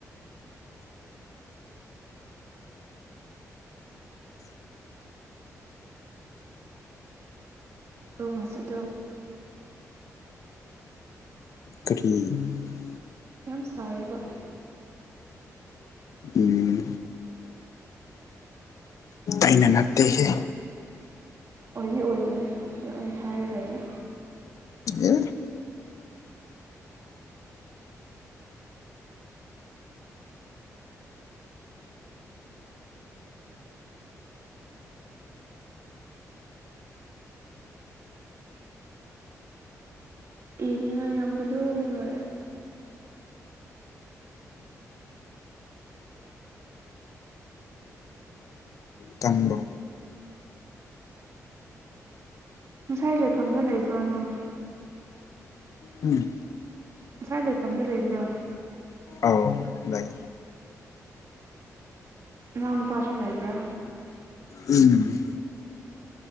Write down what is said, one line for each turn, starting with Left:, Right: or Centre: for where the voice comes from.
Right: ꯄꯨꯣꯡꯁꯤꯗꯣ
Left: ꯀꯊꯤꯡ
Right: ꯌꯥꯝ ꯁꯥꯏꯌꯦꯕ
Left: ꯎꯝ ꯑꯩꯅ ꯅꯠꯇꯦꯒꯤ
Right: ꯑꯣꯏꯗꯤ ꯑꯣꯏꯕꯅꯤ ꯑꯗꯨ ꯍꯥꯏꯔꯨꯔꯔꯦ
Left: ꯑꯦ
Right: ꯏꯉ ꯑꯝꯕꯗꯣꯔ
Left: ꯆꯥꯟꯗ
Right: ꯉꯁꯥꯏ ꯂꯩꯐꯝꯗꯣ ꯂꯩꯕ꯭ꯔꯣ ꯅꯪ
Left: ꯎꯝ
Right: ꯉꯁꯥꯏ ꯂꯩꯐꯝꯗꯨ ꯂꯩꯕ꯭ꯔꯥ
Left: ꯑꯧ ꯂꯩ
Right: ꯑꯉꯎ ꯅꯨꯄꯥꯁꯨ ꯂꯩꯕ꯭ꯔꯥ
Left: ꯎꯝ